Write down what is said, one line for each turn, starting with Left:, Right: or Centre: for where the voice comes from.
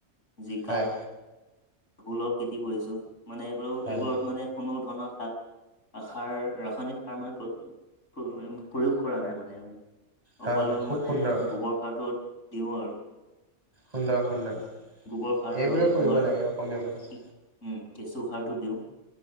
Left: জিকা,
Right: হয়
Left: ভোলৰ খেতি কৰিছোঁ। মানে এইবোৰ
Right: হয়
Left: এইবোৰত মানে কোনো ধৰণৰ শাক আসাৰ ৰাসায়নিক সাৰ মানে, প্ৰয়ো প্ৰয়োগ প্ৰয়োগ কৰা নাই মানে আৰু।
Right: হয়
Left: অকল
Right: হয় খুব
Left: মানে,
Right: সুন্দৰ
Left: গোবৰ সাৰটো দিওঁ আৰু।
Right: সুন্দৰ সুন্দৰ,
Left: গোবৰ সাৰ
Right: এইবোৰে
Left: আৰু
Right: কৰিব
Left: তোমাৰ
Right: লাগে অসমীয়া মানুহ।
Left: কি- উম কেঁচু সাৰটো দিওঁ।